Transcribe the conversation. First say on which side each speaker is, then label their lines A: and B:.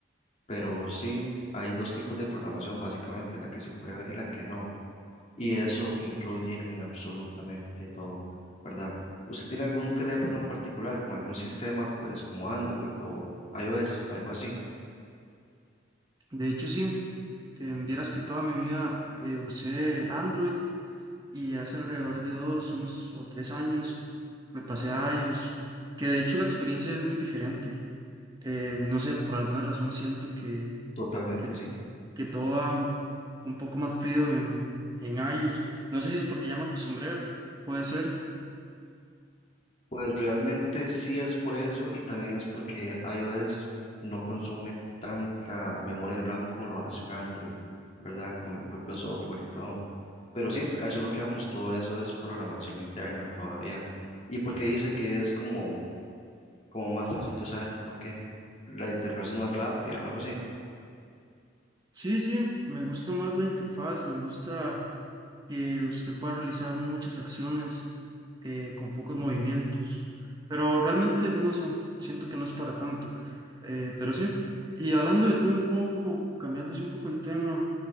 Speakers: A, on the left (about 35°); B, on the right (about 20°).
A: Pero sí, hay dos tipos de programación, básicamente, la que se puede ver y la que no. Y eso influye en absolutamente todo, ¿verdad? ¿Usted tiene algún teléfono en particular con algún sistema, pues como Android o iOS, algo así?
B: De hecho, sí, eh, vieras que toda mi vida eh, usé Android y hace alrededor de dos, unos o tres años me pasé a iOS, que de hecho la experiencia es muy diferente. Eh, no sé, por alguna razón siento que,
A: Totalmente,
B: que,
A: sí.
B: que todo va un poco más frío en, en iOS. No sé si es porque ya me acostumbré, puede ser.
A: Pues realmente sí es por eso y también es porque iOS no consume tanta memoria RAM como lo hace un Android, ¿verdad? Con el propio software y todo. Pero sí, a eso es lo que vamos, todo eso es programación interna todavía. ¿Y por qué dice que es como, como más fácil de usar? ¿Por qué? ¿La interfaz es más rápida o algo así?
B: Sí, sí, me gusta más la interfaz, me gusta que usted pueda realizar muchas acciones eh, con pocos movimientos, pero realmente no sé, siento que no es para tanto, eh, pero sí. Y hablando de tú un poco, cambiando así un poco el tema,